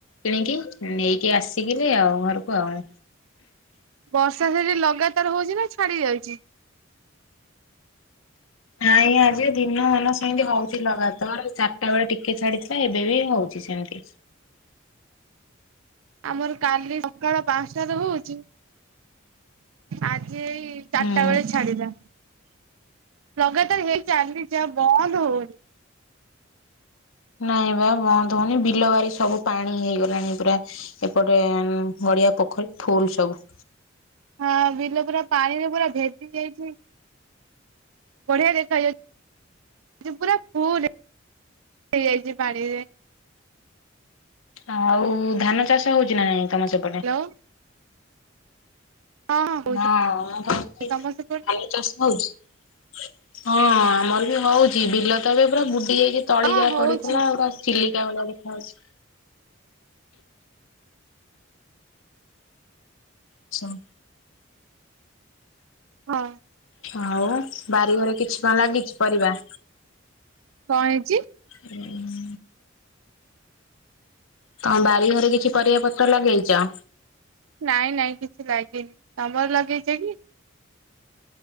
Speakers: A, on the left; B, on the right.
A: କିଣିକି ନେଇକି ଆସିକିଲି ଆଉ ଘରକୁ ଆଉ।
B: ବର୍ଷା ସେଠି ଲଗାତ୍ ତର ହଉଚି ନା ଛାଡି ଯାଉଛି।
A: ନାଇଁ, ଆଜି ଦିନ ମାନ ସେମିତି ହଉଚି ଲଗାତାର ଚାରିଟା ବେଳେ ଟିକେ ଛାଡିଥିଲା ଏବେ ବି ହଉଚି ସେମତି।
B: ଆମର କାଲି ସକାଳ ପାଞ୍ଚଟାରୁ ହଉଚି। ଆଜି ଏଇ ଚାରିଟା
A: ହୁଁ
B: ବେଳେ ଛାଡିଲା। ଲଗାତାର ହେଇ ଚାଲିଚି ଆଉ ବନ୍ଦ ହୋଉନି।
A: ନାଇଁ ବା ବନ୍ଦ ହୋଊନି ବିଲ ବାରି ସବୁ ପାଣି ହେଇଗଲାଣି ପୁରା। ଏପଟେ ଉଁ ଗଡିଆ ପୋଖରୀ ଫୁଲ୍ ସବୁ।
B: ହଁ, ବିଲ ପୁରା ପାଣିରେ ପୁରା ଭେଦି ଯାଇଛି। ବଢିଆ ଦେଖ ଯାଉଛି, ପୁରା ଫୁଲ ହେଇଯାଇଛି ପାଣିରେ।
A: ଆଉ ଧାନ ଚାଷ ହଉଛି ନା ନାଇଁ ତମ ସେପ
B: ହ୍ୟାଲୋ ହଁ ହଉଛି।
A: ହଁ, ମୁଁ କହିଲି
B: ତମ
A: ଧାନ
B: ସେପଟରେ
A: ଚାଷ ହଉଚି? ହଁ, ଆମର ବି ହଉଚି, ବିଲ ତ ଏବେ ପୁରା ବୁଡି ଯାଇଛି ତଳି
B: ହଁ
A: ଯା
B: ହଉଛି
A: ପଡିଥିଲା ଆଉ। ଚିଲିକା ଭଳିଆ ଦେଖା ଯାଉଛି। ଆଚ୍ଛା।
B: ହଁ।
A: ଆଉ ବାରି ଘରେ କିଛି କଁ ଲାଗିଛି ପରିବା?
B: କଁ ହେଇଚି?
A: ହୁଁ। ତମ ବାରି ଘରେ କିଛି ପରିବା ପତ୍ର ଲଗେଇଚ?
B: ନାଇଁ ନାଇଁ କିଛି ଲାଗିନି ତମର ଲଗେଇଛ କି?